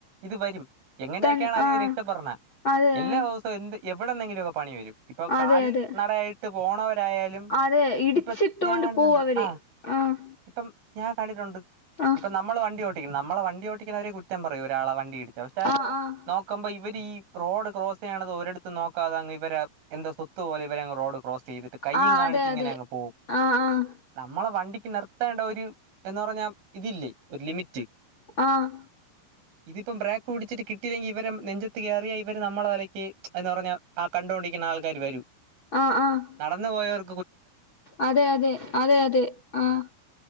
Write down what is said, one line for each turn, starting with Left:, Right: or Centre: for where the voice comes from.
Right: ഇത് വരും എങ്ങനെയൊക്കെയാണ്
Left: തൻ
Right: അതിന്
Left: ആഹ്
Right: രക്ഷപ്പെട്ണെ
Left: അതെ
Right: എല്ലാ
Left: ആഹ്
Right: ദിവസവും എന്ത് എവിടെന്നങ്കിലും ഒക്കെ പണി വരും ഇപ്പൊ കാൽനടയായിട്ട്
Left: അതെ അതെ
Right: പോണവന് ട്ടയാലും
Left: അതെ ഇടിച്ചിട്ടോണ്ട്
Right: ഇപ്പൊ ഞാൻ കണ്ടിട്ടുണ്ട്
Left: പോവും അവര്
Right: ആ
Left: ആഹ്
Right: ഇപ്പം ഞാൻ കണ്ടിട്ടുണ്ട്
Left: ആഹ്
Right: ഇപ്പൊ നമ്മള് വണ്ടി ഓടിക്ക്ന്ന് നമ്മളെ വണ്ടി ഓടിക്കുന്നവരെ കുറ്റം പറയു ഒരാളെ വണ്ടി ഇടി വ്യവസ്ഥ
Left: ആഹ് ആഹ്
Right: നോക്കുമ്പോ ഇവര് ഈ റോഡ് ക്രോസ് ചെയ്യ്ണത് ഒരിടത്ത് നോക്കാതെ അങ്ങ്‌ ഇവരാഎന്തൊ സ്വത്തു പോലെ ഇവര്ങ് റോഡ് ക്രോസ് ചെയ്തിട്ട് കയ്യും
Left: ആഹ്
Right: കാണിച്ച്
Left: അതെ
Right: ഇങ്ങനെ
Left: അതെ
Right: അങ്ങ് പോവും
Left: ആഹ്
Right: നമ്മള വണ്ടി നിർത്തേണ്ട ഒരു എന്ന് പറഞ്ഞാ ഇതില്ലേ ഒരു ലിമിറ്റ്
Left: ആഹ്
Right: ഇതിപ്പം ബ്രേക്ക് പിടിച്ചിട്ട് കിട്ടിയില്ലെങ്കിൽ ഇവരെ നെഞ്ചത്ത് കേറിയ ഇവര് നമ്മളെ തലയ്ക്ക് എന്ന് പറഞ്ഞ ആ ക ണ്ടി ഓടിക്കുന്ന ആൾക്കാര് വരൂ
Left: ആഹ് ആഹ്
Right: നടന്നു പോയവർ
Left: അതെ അതെ അതെ അതെ
Right: ആ
Left: ആഹ്